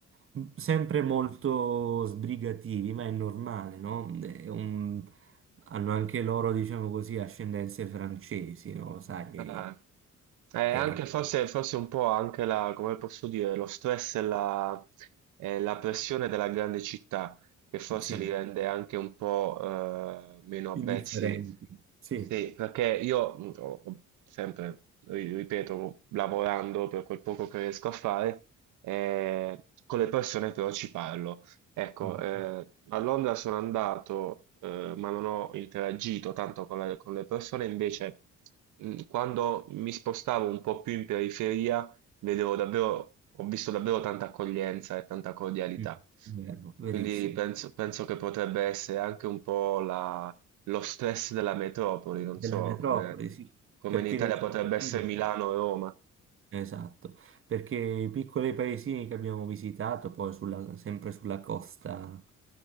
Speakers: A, on the right; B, on the right.
A: M- Sempre molto sbrigativi, ma è normale, no? È un- Hanno anche loro, diciamo così, ascendenze francesi, no? Sai,
B: Eh, eh,
A: e-
B: anche forse, forse un po' anche la, come posso dire, lo stress e la, e la pressione della grande città, che forse
A: sì,
B: li rende anche un po' eh, meno avvezzi.
A: indifferenti, sì,
B: Sì, perché io mh, ho- ho sempre, ri- ripeto, lavorando per quel poco che riesco a fare, eh, con le persone però ci parlo. Ecco,
A: Mm,
B: eh,
A: mm,
B: a Londra sono andato, eh, ma non ho interagito tanto con, la- con le persone, invece mh, quando mi spostavo un po' più in periferia, vedevo davvero, ho visto davvero tanta accoglienza e tanta cordialità.
A: mm, mm, vero, verissimo.
B: Quindi penso, penso che potrebbe essere anche un po' la- lo stress della metropoli, non
A: Della
B: so,
A: metropoli,
B: come,
A: sì,
B: come
A: perché
B: in Italia
A: le cittadine.
B: potrebbe essere Milano o Roma.
A: Esatto, perché i piccoli paesini che abbiamo visitato, poi sulla- sempre sulla costa,